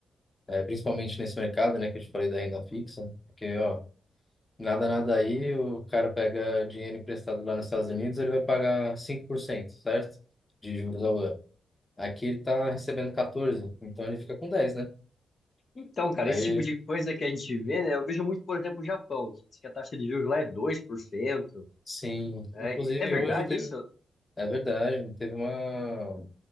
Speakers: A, on the left; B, on the left.
A: é, principalmente nesse mercado, né? Que eu te falei da renda fixa. Porque, ó, nada, nada aí, o cara pega dinheiro emprestado lá nos Estados Unidos, ele vai pagar cinco por cento certo? De juros ao ano. Aqui ele está recebendo 14, então ele fica com dez né?
B: Então, cara,
A: Aí
B: esse tipo de coisa que a gente vê, né? Eu vejo muito, por exemplo, o Japão, que diz que a taxa de juros lá é 2%.
A: sim,
B: É,
A: inclusive
B: e- é verdade
A: hoje teve,
B: isso?
A: é verdade, teve uma